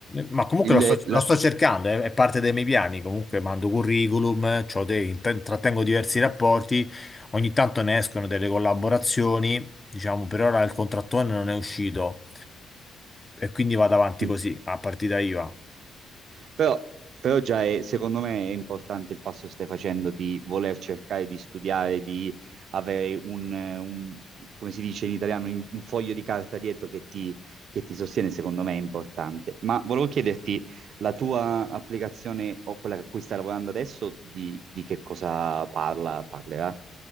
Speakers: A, on the left (about 20°); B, on the right (about 65°).
A: ma comunque
B: il,
A: lo sto,
B: la...
A: lo sto cercando, eh, è parte dei miei piani. Comunque mando curriculum, c'ho dei- intrattengo diversi rapporti, ogni tanto ne escono delle collaborazioni. Diciamo, per ora il contrattone non è uscito e quindi vado avanti
B: mm.
A: così, a partita IVA.
B: Però, però già è- secondo me è importante il passo che stai facendo di voler cercare di studiare, di avere un, eh, un- come si dice in italiano, in- un foglio di carta dietro che ti, che ti sostiene, secondo me è importante. Ma volevo chiederti, la tua applicazione o quella a cui stai lavorando adesso, di, di che cosa parla, parlerà?